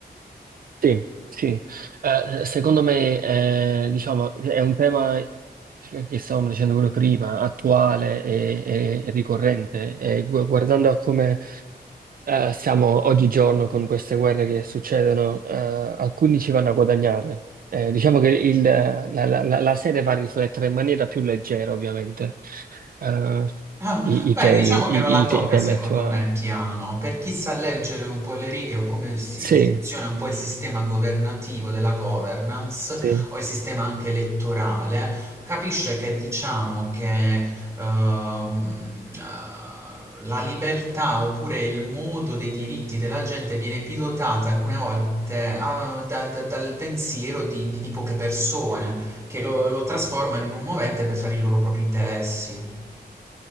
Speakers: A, on the right; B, on the right.
A: Sì, sì. Eh, secondo me, eh, diciamo, è un tema che che stavamo dicendo pure prima, attuale e, e- e ricorrente. E gu- guardando a come eh, siamo oggigiorno con queste guerre che succedono, eh, alcuni ci vanno a guadagnare. Eh, diciamo che il- la, la- la- la serie va a riflettere in maniera più leggera, ovviamente, eh,
B: Ah,
A: i, i
B: beh,
A: temi,
B: diciamo che
A: i,
B: non la tocca
A: i- i temi
B: secondo
A: attuali.
B: me piano, per chi sa leggere un po' le righe o come si-
A: Sì,
B: funziona un po' il sistema governativo della governance
A: sì.
B: o il sistema anche elettorale, capisce che diciamo che ehm, eh, la libertà oppure il modo dei diritti della gente viene pilotata alcune volte ah, da- da- dal pensiero di, di- di poche persone che lo lo trasformano in un movente per fare i loro propri interessi.